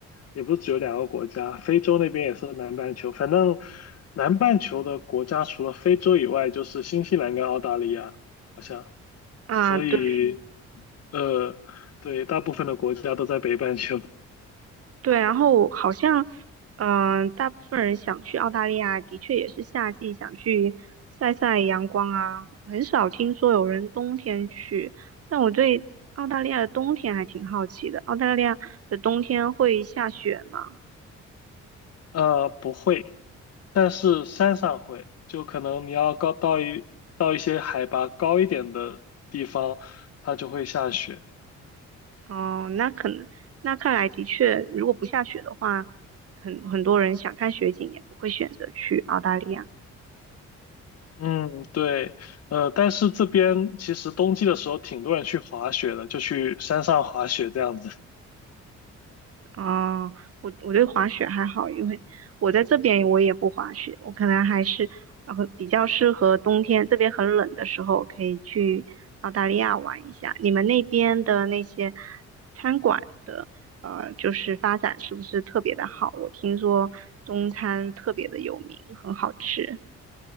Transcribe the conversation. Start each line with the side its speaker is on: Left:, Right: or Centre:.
Left: 也不是只有两个国家，非洲那边也是南半球。反正南半球的国家除了非洲以外，就是新西兰跟澳大利亚，好像。
Right: 啊，
Left: 所以，
Right: 对。
Left: 呃，对，大部分的国家都在北半球。
Right: 对，然后好像，嗯、大部分人想去澳大利亚，的确也是夏季想去晒晒阳光啊，很少听说有人冬天去。但我对澳大利亚的冬天还挺好奇的，澳大利亚的冬天会下雪吗？
Left: 呃，不会，但是山上会，就可能你要高到一到一些海拔高一点的地方，它就会下雪。
Right: 哦、那可能，那看来的确，如果不下雪的话，很很多人想看雪景也不会选择去澳大利亚。
Left: 嗯，对。呃，但是这边其实冬季的时候，挺多人去滑雪的，就去山上滑雪这样子。
Right: 啊，我我对滑雪还好，因为我在这边我也不滑雪，我可能还是呃比较适合冬天，这边很冷的时候可以去澳大利亚玩一下。你们那边的那些餐馆的呃，就是发展是不是特别的好？我听说中餐特别的有名，很好吃